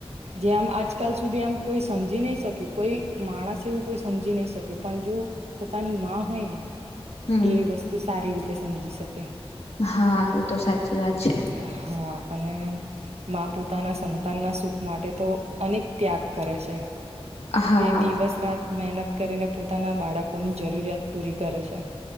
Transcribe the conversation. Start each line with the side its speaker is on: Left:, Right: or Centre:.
Right: જે આમ આજકાલ સુધી આમ કોઈ સમજી નહી શક્યું કોઈ માણસ એવું કોઈ સમજી નહી શક્યું પણ જો પોતાની માં હોય ને
Left: હમ
Right: એ વસ્તુ સારી રી તે સમજી શકે
Left: હા એ તો સાચી વાત છે
Right: હા અને પોતાના સંત તાના સુખ માટે તો અનેક ત્યાગ કરે છે
Left: હા
Right: તે દિવસ રાત મહેનત કરીને પોતાના બાળકોની જરૂરિયાત પૂરી કરે છે